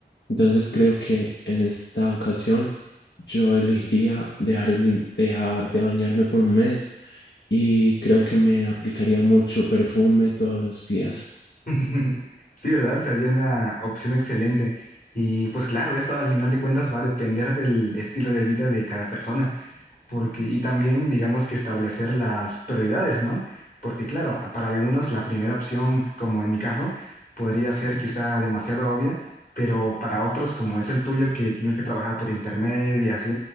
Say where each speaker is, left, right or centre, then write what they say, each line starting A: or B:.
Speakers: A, on the left; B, on the left.
A: Entonces creo que en esta ocasión yo elegiría dejar, el in- dejar de bañarme por un mes y creo que me aplicaría mucho perfume todos los días.
B: <laughs> Sí, ¿verdad? Sería una opción excelente. Y pues claro, esto al final de cuentas va a depender del estilo de vida de cada persona. Porque, y también, digamos que establecer las prioridades, ¿no? Porque, claro, para algunos la primera opción, como en mi caso, podría ser quizá demasiado obvia, pero para otros, como es el tuyo, que tienes que trabajar por internet y así,